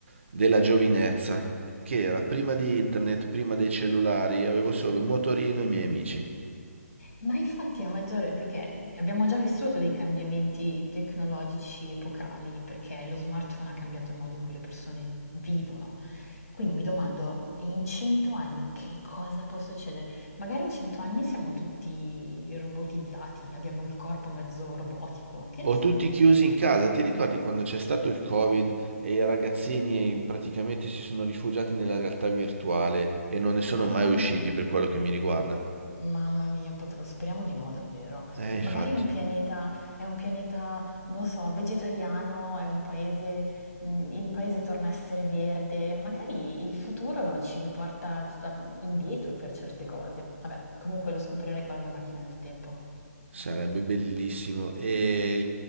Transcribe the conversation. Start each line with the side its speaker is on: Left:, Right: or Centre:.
Right: della giovinezza, che era prima di internet, prima dei cellulari, avevo solo il motorino e i miei amici.
Left: Ma infatti a maggiore, perché abbiamo già vissuto dei cambiamenti tecnologici epocali, perché lo smartphone ha cambiato il modo in cui le persone vivono. Quindi mi domando, in cento anni che cosa può succedere? Magari in cento anni siamo tutti robotizzati, abbiamo il corpo mezzo robotico, che
Right: O
Left: ne sai?
Right: tutti chiusi in casa, ti ricordi quando c'è stato il Covid e i ragazzini praticamente si sono rifugiati nella realtà virtuale e non ne sono
Left: Ah.
Right: mai usciti per quello che mi riguarda?
Left: Mamma mia, pot- speriamo di no, davvero.
Right: Eh, infatti,
Left: Magari è un pianeta, è un pianeta, non lo so, vegetariano, è un paese, mh, il paese torna a essere verde. Magari il futuro ci riporta a- indietro per certe cose. Vabbè, comunque lo scoprirei con la mia macchina del tempo.
Right: sarebbe bellissimo. E